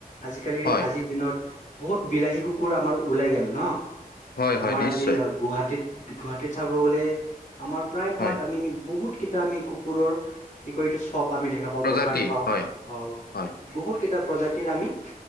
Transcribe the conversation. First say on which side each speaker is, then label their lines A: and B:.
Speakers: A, on the left (about 50°); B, on the left (about 80°).
A: আজিকালি
B: হয়
A: আজিৰ দিনত বহুত বিলাহী কুকুৰ আমাৰ ওলাই গ'ল ন
B: হয়
A: আমাৰ
B: হয় নিশ্চয়
A: আজি গুৱাহাটীত। গুৱাহাটীত চাব গ'লে আমাৰ প্ৰায়ভাগ
B: হয়
A: আমি বহুত কেইটা আমি কুকুৰৰ কি ক এইো চব আমি দেখা পাও
B: প্ৰজাতি
A: দোকান পাও
B: হয়
A: অ,
B: হয়
A: বহুত কেইটা প্ৰজাতিৰ আমি